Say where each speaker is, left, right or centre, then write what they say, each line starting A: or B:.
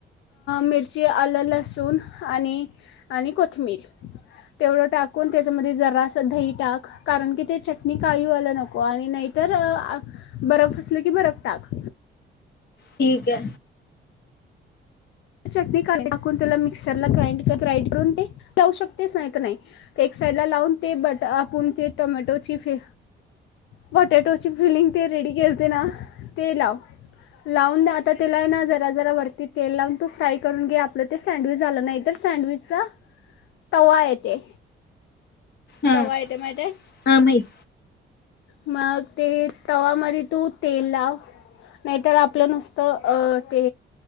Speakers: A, on the left; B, on the left.
A: मिरची आलं लसूण आणि आणि कोथमीर तेवढं टाकून त्याच्यामध्ये जरासं दही टाक, कारण की ते चटणी काळ होयला नको आणि नाहीतर बरफ असलं की बरफ टाक.
B: ठीकय.
A: चटणी का नाय टाकून त्याला मिक्सरला ग्राईंड ग्राईंड करून ते लावू शकतेच नाय का नाय एक साइडला लावून ते बट आपून ते टोमॅटोची फि पोटॅटोची फिलिंग ते रेडी केलते ना ते लाव लावून आता त्याला ना जरा जरा वरती तेल लावून तो फ्राय करून घे आपलं ते सँडविच झालं नाही तर सँडविचचा तवा येते
B: हा
A: तवाय ते माहितय?
B: हा माहित
A: मग ते तवामध्ये तू तेल लाव नाहीतर आपलं नुसतं ते